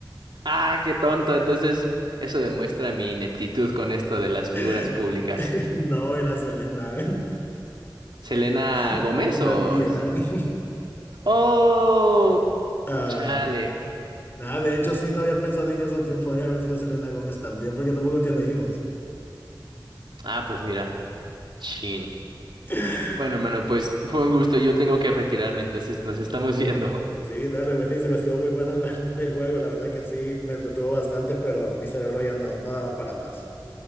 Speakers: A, on the right; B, on the left.
A: Ah, qué tonto. Entonces, eso demuestra mi ineptitud con esto de las figuras
B: <laughs>
A: públicas.
B: No, era Selena
A: ¿Selena
B: <laughs>
A: Gómez
B: Quintanilla.
A: o...? es-
B: <laughs>
A: Oh,
B: Ah,
A: chale.
B: nada, de hecho sí no había pensado en esa opción, podría haber sido Selena Gómez también, porque tampoco tiene hijos.
A: Ah, pues mira, chin.
B: <laughs>
A: Bueno, hermano, pues fue un gusto. Yo tengo que retirarme, entonces nos estamos viendo.
B: Sí, dale, buenísimo, estuvo muy bueno la- el juego, la verdad que sí, me entretuvo bastante, pero mi cerebro ya no, no daba para más.